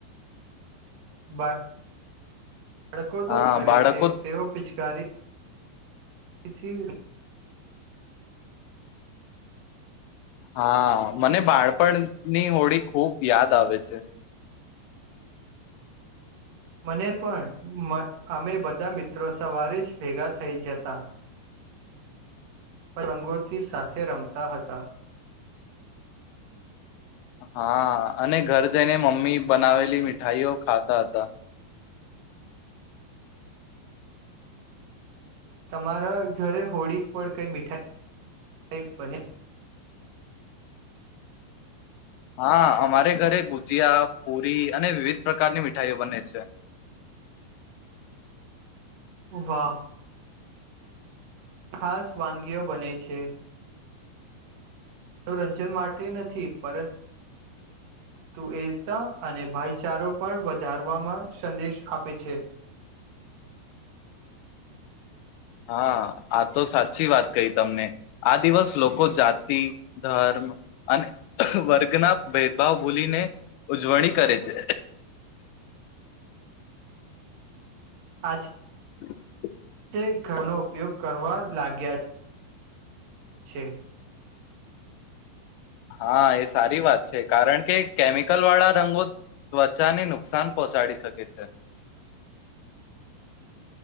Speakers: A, on the right (about 55°); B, on the left (about 85°).
A: બાય હડકો તો
B: હા
A: જ કરે
B: બાળકો
A: છે તેઓ પીછ કરીારે પછી
B: હા મને બાળપણની હોડી ખૂબ યાદ આવે છે
A: મને પણ અમે બધા મિત્રો સવારે જ ભેગા થઈ જતા પરંગોથી સાથે રમતા હતા
B: હા અને ઘર જઈને મમ્મી બનાવેલી મીઠાઈઓ ખાતા હતા
A: તમારા ઘરે હોળી પણ કઈ મીઠાઈાઈ બને
B: હા અમારે ઘરે ઘરે ગુજી આપ પુરી અને વિવિધ પ્રકારની મીઠાઈઓ બને છે
A: વાહ ખાસ વાનગીઓ બને છે મનોરંજન માટે નથી પર તું એતા અને ભાઈચારો પણ વધારવામાં સંદેશ આપે છે
B: હા આ તો સાચી વાત કહી તમને આ દિવસ લોકો જાતિ ધર્મ અને વર્ગના ભેદભાવ ભૂલીને ઉજવણી કરે છે
A: આજ
B: <inaudible>
A: તે ઘઉનો ઉપયોગ કરવા લાગ્યા છે છે.
B: હા એ સારી વાત છે કારણ કે કેમિકલ વાળા રંગો ત્વચાને નુકસાન પહોંચાડી શકે છે.